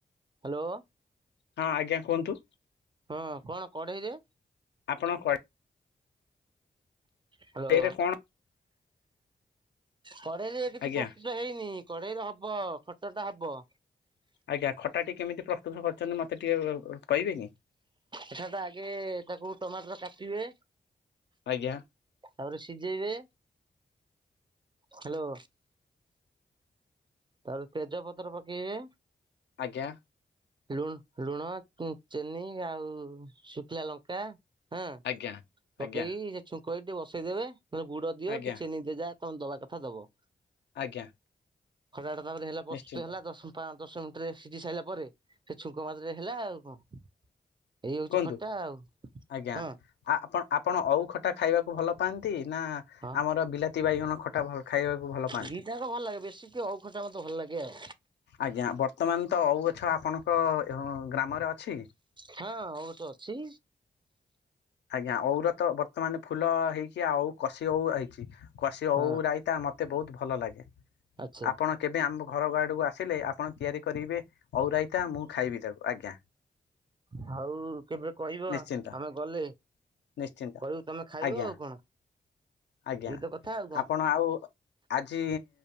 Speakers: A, on the right; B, on the left.
A: ହାଲୋ?
B: ହଁ ଆଜ୍ଞା କୁହନ୍ତୁ।
A: ହଁ କଣ କଢେଇରେ?
B: କଣ?
A: ହ୍ୟାଲୋ
B: ସେଇରେ କଣ?
A: କଢେଇରେ କିଛି
B: ଆଜ୍ଞା
A: ପ୍ରସ୍ତୁତ ହେଇନି, କଢେଇରେ ହବ, ଖଟ ଟା ହବ।
B: ଆଜ୍ଞା ଖଟାଟି କେମିତି ପ୍ରସ୍ତୁତ କରୁଛନ୍ତି ମତେ ଟିକେ ଅ ଅ କହିବେ କି?
A: ଏଠା ଟା ଆଗେ ତାକୁ ଟମାଟର କାଟିବେ।
B: ଆଜ୍ଞା।
A: ତାପରେ ସିଝେଇବେ। ହାଲୋ? ତା ପରେ ତେଜ ପତ୍ର ପକେଇବେ।
B: ଆଜ୍ଞା।
A: ଲୁଣ, ଲୁଣ, ଚିନି ଆଉ ଶୁଖିଲା ଲଙ୍କା ହୁଁ।
B: ଆଜ୍ଞା।
A: ପକେଇ
B: ଆଜ୍ଞା
A: ସେ ଛୁଙ୍କହେଇ ଟିକେ ବସେଇ ଦେବେ ନହେଲେ ଗୁଡ ଦିଅ
B: ଆଜ୍ଞା
A: କି ଚିନି ଦିଅ ଯା ତମେ ଦବା କଥା ଦବ।
B: ଆଜ୍ଞା।
A: ଖଟାଟା ତାପରେ ହେଲା ପ୍ରସ୍ତୁତ
B: ନିଶ୍ଚିନ୍ତ
A: ହେଲା ଦଶ ମି ପାଁଞ୍ଚ ଦଶ ମିନିଟରେ ସିଝି ସାରିଲା ପରେ, ସେ ଛୁଙ୍କ ମାରି ଦେଲେ ହେଲା ଆଉ କଣ। ଏଇ ହଉଛି
B: କୁହନ୍ତୁ
A: ଖଟା ଆଉ,
B: ଆଜ୍ଞା।
A: ହଁ।
B: ଆ ଆପଣ ଆପଣ ଅଉ ଖଟା ଖାଇବାକୁ ଭଲ ପାଆନ୍ତି, ନା
A: ହଁ
B: ଆମର ବିଲାତି ବାଇଗଣ ଖଟା ଭଲ ଖାଇବାକୁ ଭଲ ପାଆନ୍ତି।
A: ଦିଟାଙ୍କ ଭଲ ଲାଗେ ବେଶୀ ଟିକେ ଓଉ ଖଟା ମତେ ଭଲ ଲାଗେ ଆଉ
B: ଆଜ୍ଞା। ବର୍ତ୍ତମାନ ତ ଅଉ ଗଛ ଆପଣଙ୍କ ହଁ ଗ୍ରାମରେ ଅଛି।
A: ହଁ ଅଉ ଗଛ ଅଛି।
B: ଆଜ୍ଞା ଅଉର ତ ବର୍ତ୍ତମାନ ଫୁଲ ହେଇକି ଆଉ କଷି ଅଉ ହେଇଛି। କଷି ଅଉ
A: ହଁ
B: ରାଇ ତା ମତେ ବହୁତ ଭଲ ଲାଗେ।
A: ଆଚ୍ଛା।
B: ଆପଣ କେବେ ଆମ ଘର ଗ ଆଡକୁ ଆସିଲେ, ଆପଣ ତିଆରି କରିବେ ଅଉରାଇତା ମୁଁ ଖାଇବି ତାକୁ। ଆଜ୍ଞା।
A: ହଉ କେବେ କହିବ,
B: ନିଶ୍ଚିନ୍ତ
A: ଆମେ ଗଲେ।
B: ନିଶ୍ଚିନ୍ତ
A: କରିବୁ ତମେ ଖାଇବ
B: ଆଜ୍ଞା
A: ଆଉ କଣ।
B: ଆଜ୍ଞା।
A: ଏଇତ କଥା ଆଉ କଣ
B: ଆପଣ ଆଉ ଆଜି